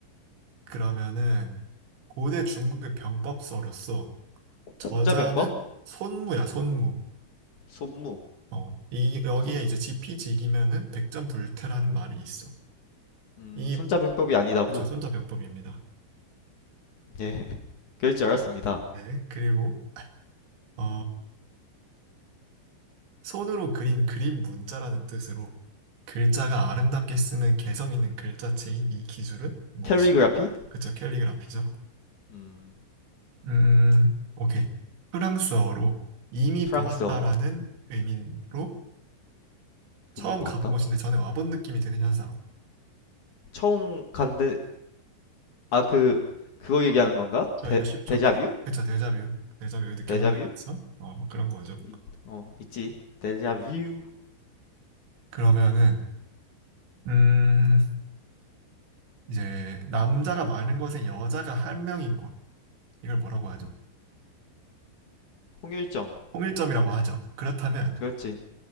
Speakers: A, on the right; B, on the left.
A: 그러면은, 고대 중국의 병법서로서, 저자는
B: 손자병법?
A: 손무야, 손무.
B: 손무.
A: 어, 이, 여기에
B: 손,
A: 이제 지피지기면은 백전불태라는 말이 있어.
B: 음,
A: 이,
B: 손자병법이 아니다고.
A: 그쵸, 손자병법입니다.
B: 예, <laughs> 그럴 줄 알았습니다.
A: 네, 그리고, 어, 손으로 그린 그림 문자라는 뜻으로 글자가 아름답게 쓰는 개성 있는 글자체인 이 기술은 무엇이죠?
B: 캐리그라피?
A: 그쵸, 캘리그라피죠?
B: 음,
A: 음, 오케이. 프랑스어로 이미
B: 프랑스어.
A: 보았다라는 의미로 처음
B: 이미 보았다.
A: 가본 곳인데 전에 와본 느낌이 드는 현상.
B: 처음 간데 아 그 그거 얘기하는 건가?
A: 저
B: 데
A: 이거 쉽죠?
B: 데자뷰?
A: 그쵸, 데자뷰. 데자뷰 느껴본
B: 데자뷰?
A: 적 있어? 어, 뭐 그런 거죠.
B: 이- 어 있지. 데자뷰
A: 그러면은, 음, 이제 남자가 많은 곳에 여자가 한 명인 곳. 이걸 뭐라고 하죠?
B: 홍일점
A: 통일점이라고 하죠. 그렇다면
B: 그렇지.